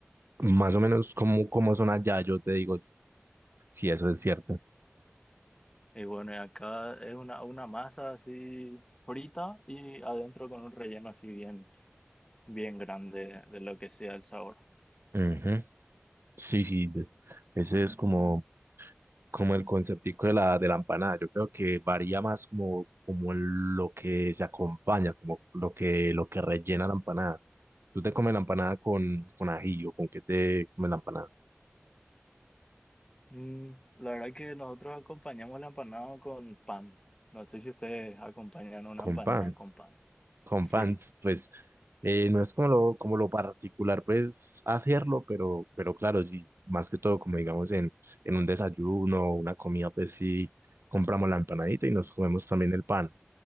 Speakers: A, on the right (about 65°); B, on the left (about 20°).
A: más o menos como, como son allá, yo te digo si, si eso es cierto.
B: Y bueno, y acá es una, una masa así frita y adentro con un relleno así bien, bien grande de lo que sea el sabor.
A: Ujú. Sí, sí, de- ese es como, como el conceptico de la, de la empanada. Yo creo que varía más como, como el- lo que se acompaña, como lo que, lo que rellena la empanada. ¿Tú te comes la empanada con, con ají o con qué te comes la empanada?
B: Mm, la verdad que nosotros acompañamos la empanada con pan. No sé si ustedes acompañan una
A: Con
B: empanada
A: pan.
B: con pan.
A: Con
B: Sí.
A: pan, pues eh, no es como lo, como lo particular, pues hacerlo, pero, pero claro, sí, más que todo, como digamos en, en un desayuno o una comida, pues sí, compramos la empanadita y nos comemos también el pan.